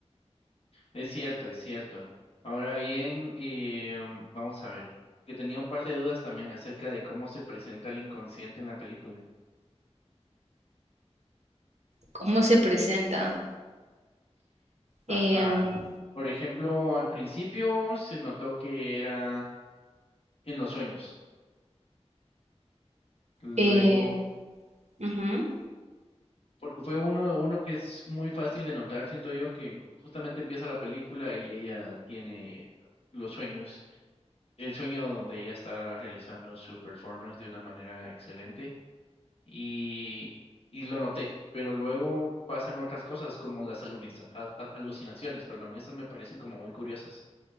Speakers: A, on the left; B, on the right.
A: Es cierto, es cierto. Ahora bien, eh, um, vamos a ver, que tenía un par de dudas también acerca de cómo se presenta el inconsciente en la película.
B: ¿Cómo se presenta?
A: Ajá.
B: Em,
A: Por ejemplo, al principio se notó que era en los sueños. Luego,
B: eh, ujú,
A: porque fue uno, uno que es muy fácil de notar, siento yo, que justamente empieza la película y ella tiene los sueños, el sueño donde ella está realizando su performance de una manera excelente y, y lo noté. Pero luego pasan otras cosas como las aluniza- a- a- alucinaciones, perdón, esas me parecen como muy curiosas.